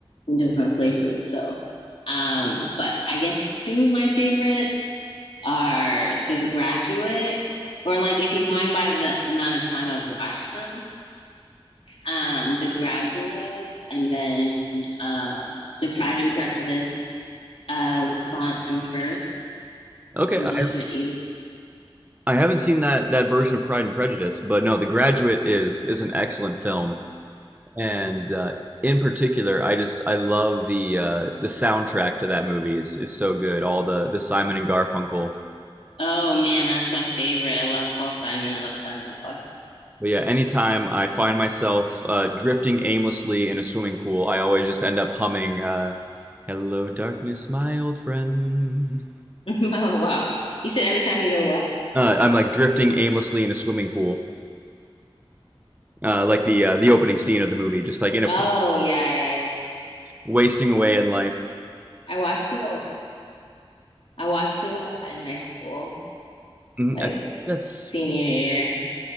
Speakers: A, on the left; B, on the right.
A: in different places. So, um, but I guess two of my favorites are The Graduate, or like if you're going by the amount of time I've watched them, um, The Graduate, and then um, The Pride and Prejudice uh, with Colin Firth
B: Okay,
A: and
B: I,
A: Jennifer Ely.
B: I haven't seen that that version of Pride and Prejudice, but no, The Graduate is is an excellent film, and uh, in particular, I just I love the uh, the soundtrack to that movie is is so good. All the the Simon and Garfunkel
A: Oh man, that's my favorite. I love Paul Simon. I love Simon Clark.
B: But yeah, anytime I find myself uh, drifting aimlessly in a swimming pool, I always just end up humming, uh, Hello, darkness, my old friend.
A: <laughs> Oh wow. You said every time you go what?
B: Uh, I'm like drifting aimlessly in a swimming pool, uh, like the uh, the opening scene of the movie, just like in a
A: Oh yeah, yeah, yeah.
B: wasting away in life.
A: I watched it a, I watched it a lot in high school,
B: Mhm,
A: like
B: I think that's
A: senior year.